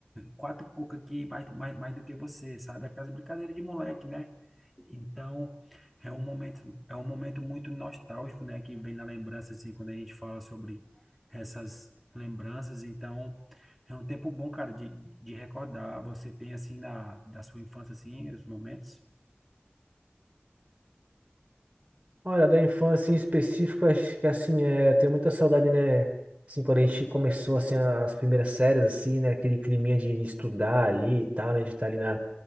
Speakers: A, in the centre; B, on the right (about 30°).
A: quatro cuca aqui mais, mais, mais do que você, sabe? Aquelas brincadeiras de moleque, né? Então, é um momento, é um momento muito nostálgico, né? Que vem na lembrança, assim, quando a gente fala sobre essas lembranças. Então, é um tempo bom, cara, de, de recordar. Você tem, assim, na, da sua infância, assim, os momentos.
B: Olha, da infância em específico, acho que assim, é, eu tenho muita saudade, né? Assim, quando a gente começou, assim, as primeiras séries, assim, né? Aquele climinha de estudar ali e tal, né? De estar ali na,